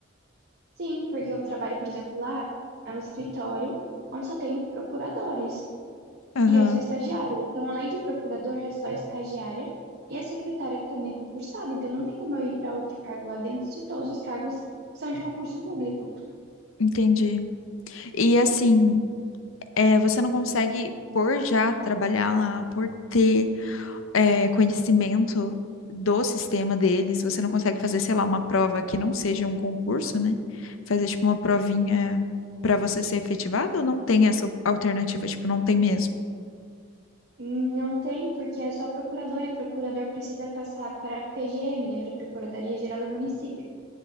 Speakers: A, on the right; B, on the left.
A: Sim, porque eu trabalho, por exemplo, lá é um escritório onde só tem procuradores.
B: Aham,
A: E eu sou estagiária. Então, além de procurador, é só estagiária. E a secretária que também é concursada. Então, não tem como eu ir para outro cargo lá dentro se todos os cargos são de concurso público.
B: entendi. E assim. é, você não consegue, por já trabalhar lá, por ter é, conhecimento do sistema deles, você não consegue fazer, sei lá, uma prova que não seja um concurso, né? Fazer, tipo, uma provinha para você ser efetivado ou não tem essa alternativa? Tipo, não tem mesmo.
A: Não tem, porque é só procurador. E procurador precisa passar para a PGM, né? Para a Procuradoria Geral do Município.